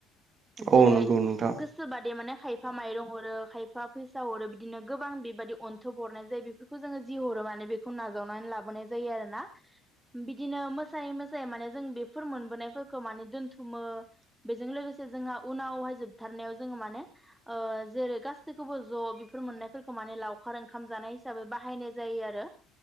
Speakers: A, in the centre; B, on the right (about 30°).
A: जेरै
B: औ नंगौ नोंथां
A: गोसोबादि माने खायफा माइरं हरो खाय बिफा फैसा हरो बिदिनो गोबां बेबायदि अन्थोब हरनाय जायो बेफोरखौ जोङो जि हरो माने बेखौ नाजावनानै लाबोनाय जायो आरोना बिदिनो मोसायै मोसायै माने जों बेफोर मोनबोनायफोर खौ माने दोन्थुमो बेजों लोगोसे जोंहा उनावहाय जोबथारनायाव जोङो माने ओ जेरै गासैखौबो ज' बेफोर मोननायफोरखौ माने लावखार ओंखाम जानाय हिसाबै बाहायनाय जायो आरो